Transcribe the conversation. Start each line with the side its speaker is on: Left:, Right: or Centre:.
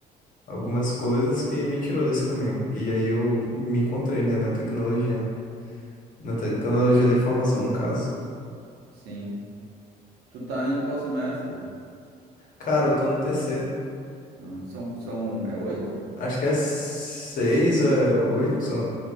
Left: algumas coisas que me tirou desse caminho. E aí eu me encontrei, né, na tecnologia. Na
Right: ah,
Left: te-
Right: que bom.
Left: tecnologia da informação, no caso.
Right: Sim. Tu tá em qual semestre?
Left: Cara, eu tô no terceiro.
Right: Ah, são, são, é oito?
Left: Acho que é seis ou é oito.